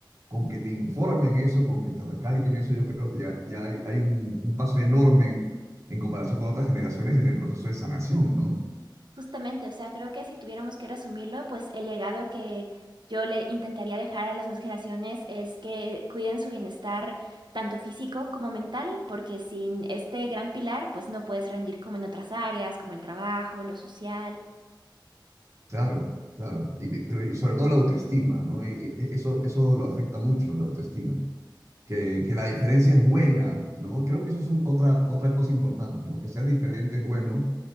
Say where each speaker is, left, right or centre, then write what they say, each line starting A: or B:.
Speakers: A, on the right; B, on the right.
A: con que te informen eso, con que te recalquen eso, yo creo que ya, ya hay, hay un, un paso enorme en, en comparación con otras generaciones en el proceso de sanación, ¿no?
B: Justamente, o sea, creo que si tuviéramos que resumirlo, pues el legado que yo le intentaría dejar a las nuevas generaciones es que cuiden su bienestar tanto físico como mental, porque sin este gran pilar, pues no puedes rendir como en otras áreas, como el trabajo, lo social
A: Claro, claro. Y, pero, y sobre todo la autoestima, ¿no? Y- y eso, eso lo afecta mucho, la autoestima. que, que la diferencia es buena, ¿no? Creo que eso es un- otra, otra cosa importante, ¿no? Que ser diferente es bueno,